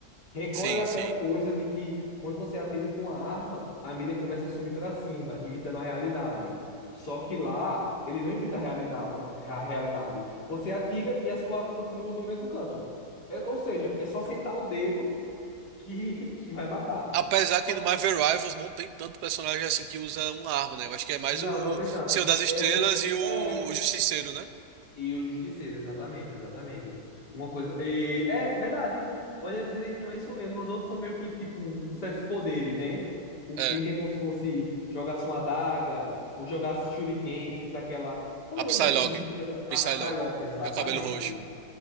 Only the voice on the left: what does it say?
Recoil
é aquela
coisa de que quando você atira com a arma, a mira começa a subir para cima, imitando a realidade. Só que lá, ele não imita a realidade, a realidade. Você atira e a sua arma continua no mesmo canto. É- ou seja, é só sentar o dedo que, <laughs> que vai matar.
Só
Não,
não tem tanto.
É sempre.
É
E o Justiceiro, exatamente, exatamente. Uma coisa. e- é verdade. Olhando direitinho, é isso mesmo. Os outros são meio que tipo um, uns certos poderes, né? O
clique é como se fosse jogasse uma adaga, ou jogasse shuriken, fita aquela. Como
é o
nome dessa ninja que joga?
A Psylocke, exatamente.